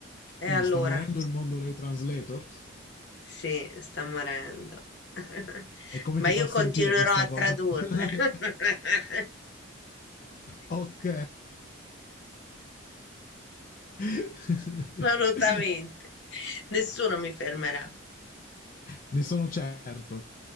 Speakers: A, on the left; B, on the left.
A: E
B: Quindi
A: allora?
B: sta morendo il mondo dei translators?
A: Sì, sta morendo. <laughs>
B: E come
A: Ma
B: ti
A: io
B: fa sentire
A: continuerò
B: questa
A: a
B: cosa?
A: tradurre.
B: <laughs>
A: <laughs>
B: ok. <laughs>
A: Assolutamente. Nessuno mi fermerà.
B: ne sono certo.